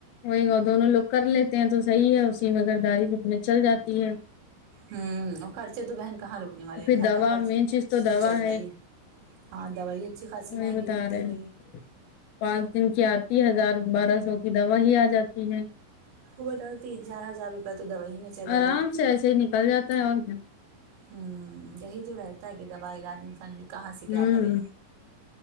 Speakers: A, on the left; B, on the right.
A: وہی گا دونوں لوگ کر لیتے ہیں تو صحیح ہے اسی مزرداری سے اپنے چل جاتی ہے
B: ہمم اور خرچے تو بہن کہاں رکنے
A: اور
B: والے ہیں
A: پھر
B: گھر
A: دوا
B: کا خرچ
A: مین چیز دوا
B: تو چلتا
A: ہے
B: ہی ہاں دوائی اچھی خاصی
A: وہی
B: مہنگی
A: بتا
B: ملتی
A: رہے
B: ہوئی
A: ہیں پانچ دن کی آتی ہزار بارہ سو کی دوا ہی آ جاتی ہے
B: وہ بتاؤ تین چار ہزار روپئے تو دوائی میں چلے
A: آرام
B: گئے
A: سے ایسے ہی نکل جاتا ہے اور کیا
B: ہم یہی تو رہتا ہے کہ دوا علاج انسان کہاں سے کیا
A: ہوں
B: کرے